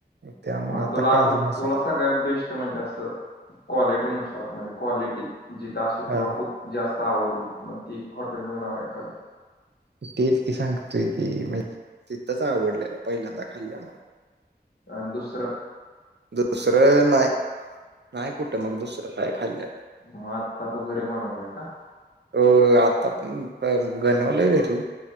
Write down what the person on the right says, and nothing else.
त्यामुळे
काजू
मसाला
हा
म तेच की सांगतोय की तिथंच आवडल्याल पहिल्यांदा खाल्ल्यामुळ.
दुसरं नाही, नाही कुठं मग दुसरं काय खाल्ल्याल.
होय आता बन- बनवलंय घरी.